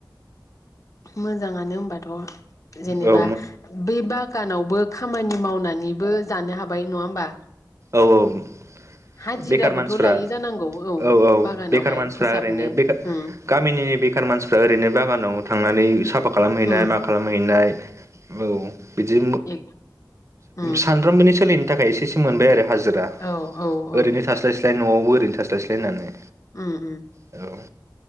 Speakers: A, on the left; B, on the right.
A: मोजाङानो होनबाथ' जेनेबा
B: औ
A: बै बागानावबो खामानि मावनानैबो जानो हाबाय नङा होमबा।
B: औ औ
A: हाजिराबोथ'
B: बेखार मानसिफ्रा
A: लायो जानांगौ
B: औ औ
A: बागानावहाय
B: बेखार मानसिफ्रा
A: फोसाबनो
B: ओरैनो बेखार
A: उम
B: गामिनि बेखार मानसिफ्रा ओरैनो बागानाव थांनानै साफा खालामहैनाय
A: उम
B: मा खालामहैनाय औ बिदि
A: ए उम
B: सान <unintelligible> सानफ्रामबोनि सोलिनो थाखाय एसेसो मोनबाय आरो हाजिरा
A: औ औ
B: ओरैनो
A: औ
B: थास्लाय फ्राय न'आवबो ओरैनो थास्लायस्लाय होननानै
A: उम उम
B: औ